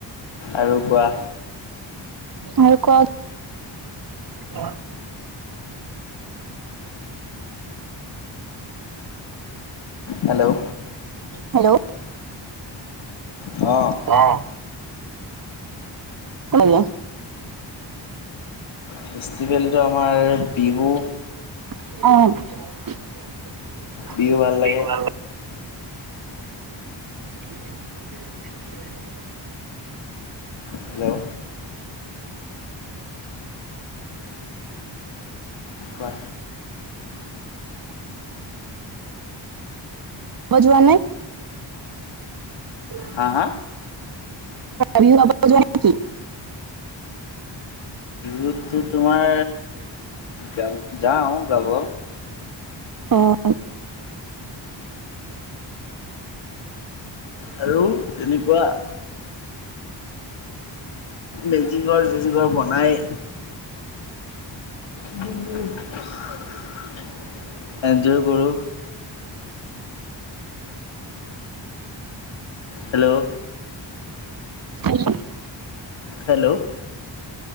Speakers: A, on the left; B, on the right.
A: আৰু কোৱা?
B: আৰু কোৱা? উ <unintelligible>
A: হেল্ল'
B: হেল্ল'
A: অ'
B: অঁ হেল্ল '
A: ফেষ্টিভেলটো আমাৰ বিহু।
B: অ <unintelligible>
A: বিহু ভাল লাগে
B: <unintelligible>
A: হেল্ল' কোৱা
B: বজোৱা নাই। হয়।
A: হা হা।
B: বিহু গাব যোৱা নাই নেকি?
A: বিহুত টো তোমাৰ গা যাওঁ গাব।
B: অ'
A: হেল্লো তেনেকুৱা। মেজিগৰ চেজি ঘৰ বনাই। <unintelligible> এনজয় কৰোঁ। হেল্ল'
B: <unintelligible>
A: হেল্ল'